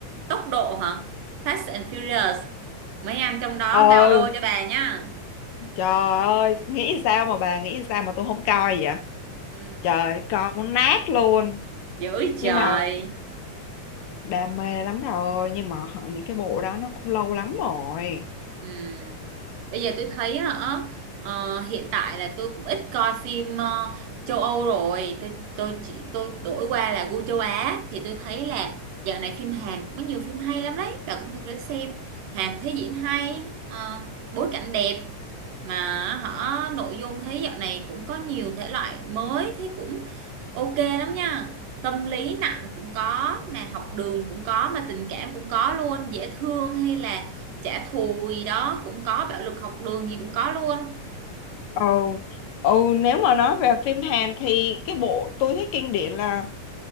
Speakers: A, on the right; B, on the left.
A: tốc độ hả Fast and Furious mấy anh trong đó
B: ờ
A: bao đô cho bà nhá
B: trời ơi nghĩ sao mà bà nghĩ sao mà tôi không coi vậy
A: ừ,
B: trời coi muốn nát luôn
A: dữ
B: nhưng
A: trời
B: mà đam mê lắm rồi nhưng mà họ- những cái bộ đó nó cũng lâu lắm rồi
A: ừ. Bây giờ tôi thấy á, ờ, hiện tại là tôi cũng ít coi phim ờ, châu Âu rồi tôi tôi chỉ tôi đổi qua là gu châu Á thì tôi thấy là dạo này phim Hàn cũng có nhiều phim hay lắm đấy và cũng thật để xem Hàn thấy diễn hay ờ, bối cảnh đẹp mà họ nội dung thấy dạo này cũng có nhiều thể loại mới thấy cũng Ok lắm nha. Tâm lý nặng cũng có, mà học đường cũng có, mà tình cảm cũng có luôn. Dễ thương hay là trả thù gì đó cũng có, bạo lực học đường gì cũng có luôn.
B: ừ ừ nếu mà nói về phim Hàn thì cái bộ tôi thấy kinh điển là